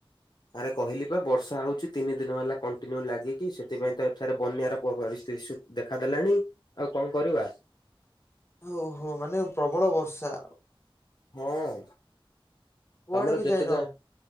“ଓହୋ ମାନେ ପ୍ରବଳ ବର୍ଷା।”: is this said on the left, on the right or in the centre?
Left